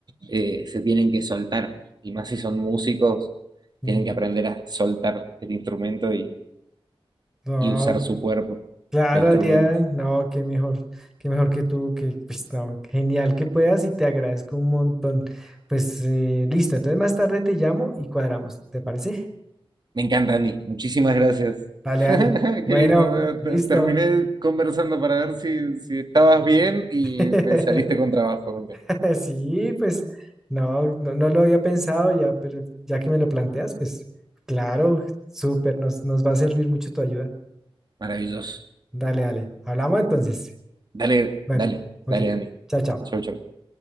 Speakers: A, on the right; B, in the centre.
A: eh, se tienen que soltar. Y más si son músicos,
B: mm,
A: tienen que aprender a soltar el instrumento y,
B: No,
A: y usar su cuerpo
B: Claro,
A: de instrumento.
B: Adrián, no, qué mejor, qué mejor que tú, que pues no, genial que puedas y te agradezco un montón. Pues eh, listo, entonces más tarde te llamo y cuadramos, ¿te parece?
A: Me encanta, Andy. Muchísimas gracias.
B: Vale,
A: <laughs>
B: vale.
A: Qué
B: Bueno,
A: lindo.
B: listo.
A: Te- Terminé conversando para ver si, si estabas bien y
B: <laughs>
A: me saliste con trabajo. Me encanta.
B: Sí, pues no, no, no lo había pensado ya, pero ya que me lo planteas, pues claro, súper, nos, nos va a servir mucho tu ayuda.
A: Maravilloso.
B: Dale, dale. Hablamos entonces.
A: Dale,
B: Bueno,
A: dale, dale,
B: ok,
A: Andy.
B: chao, chao.
A: Chau, chau.